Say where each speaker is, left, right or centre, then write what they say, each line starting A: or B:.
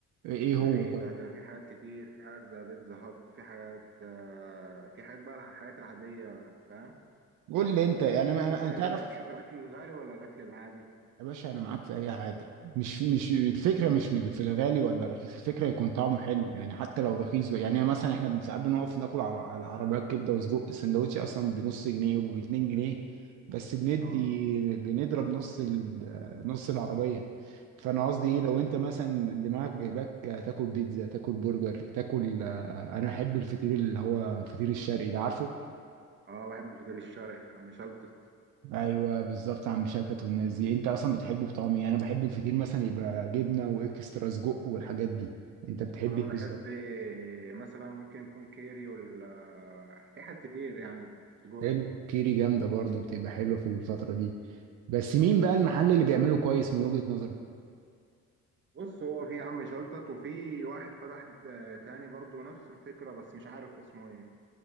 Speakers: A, on the right; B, on the right.
A: ايه
B: ده
A: هو
B: في
A: طب
B: ده ده في حاجات كتير في حاجات زي بيتزا هات في حاجات آه في حاجات بقى الحاجات العادية فاهم
A: قول لي انت يعني
B: انت بتحب
A: انا أنا-
B: طيب
A: أنا تعرف
B: انت بتحب الاكل الغالي ولا الاكل العادي
A: يا باشا انا معاك في اي حاجه مش مش الفكره مش من- في الغالي ولا الرخيص الفكره يكون طعمه حلو يعني حتى لو رخيص بقى يعني مثلا احنا ساعات بنقف ناكل على على عربيات كبده وسجق السندوتش اصلا بنص جنيه وب 2 جنيه بس بندي
B: اه
A: بنضرب نص ال- نص العربيه فانا قصدي ايه لو انت مثلا دماغك جايباك تاكل بيتزا تاكل برجر تاكل آه، انا بحب الفطير اللي هو الفطير الشرقي ده عارفه
B: اه بحب الفطير الشرقي يا عم شلتت
A: ايوه بالظبط عم شلتت والناس دي انت اصلا بتحبه بطعم ايه انا بحب الفطير مثلا يبقى جبنه واكسترا سجق والحاجات دي انت بتحب
B: انا
A: ايه بالظبط
B: بحب مثلا ممكن يكون كيري ولا في حاجات كتير يعني سجق
A: حلو كيري جامده برضو بتبقى حلوه في الفتره دي بس مين بقى المحل اللي بيعمله كويس من وجهه نظرك
B: بص هو في عم شلتت وفي واحد فتح آه، تاني برضو نفس الفكرة بس مش عارف اسمه ايه